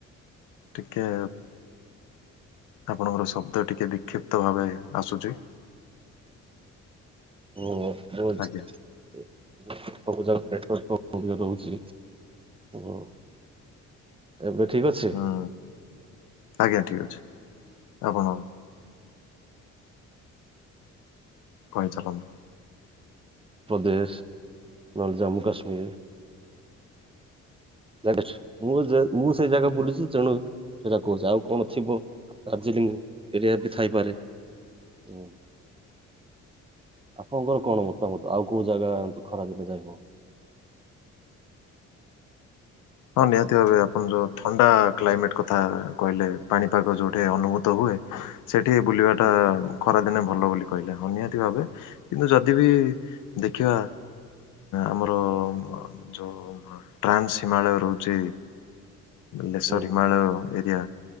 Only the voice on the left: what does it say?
ଟିକେ ଆପଣଙ୍କର ଶବ୍ଦ ଟିକେ ବିକ୍ଷିପ୍ତ ଭାବେ ଆସୁଛି।
ଆଜ୍ଞା
ହୁଁ ଆଜ୍ଞା ଠିକ୍ ଅଛି ଆପଣ କହି ଚାଲୁନ୍ତୁ।
ହଁ ନିହାତି ଭାବେ ଆପଣ ଯୋଉ ଥଣ୍ଡା କ୍ଲାଇମେଟ କଥା କହିଲେ ପାଣିପାଗ ଯୋଉଠି ଅନୁଭୂତ ହୁଏ। ସେଠି ବୁଲିବାଟା
ଖରାଦିନେ ଭଲ ବୋଲି କହିଲେ ନିିହାତି ଭାବେ କିନ୍ତୁ ଯଦି ବି ଦେଖିବା ଆମର ଯୋଉ ଟ୍ରାନ୍ସ ହିମାଳୟ ରହୁଛି ଲେସର
ହିମାଳୟ ଏରିଆ।